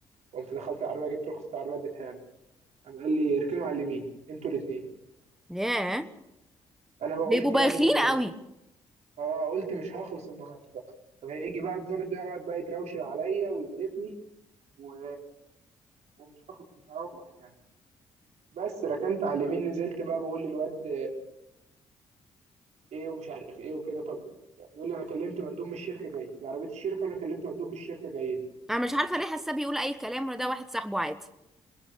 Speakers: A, on the right; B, in the centre.
A: قمت دخلت العربيه جبت رخصه العربيه اديتها له قام قال لي اركنوا على اليمين انتوا الاثنين
B: ياه
A: انا بقى
B: بيبقوا
A: قلت
B: بايخين
A: يا دي النيله
B: قوي
A: مش اه قلت مش هخلص النهارده فهيجي بقى الضابط ده يقعد بقى يتراوشن عليا ويقرفني و... ومش هخلص مش هروح يعني بس ركنت على اليمين نزلت بقى بقول للواد ايه ومش عارف ايه وكده طب يعني بيقول لي انا كلمت مندوب من الشركه جاي دي عربيه الشركه وانا كلمت مندوب من الشركه جاي لي
B: انا مش عارفة ليه حاسة بيقول اي كلام ولا ده واحد صاحبه عادي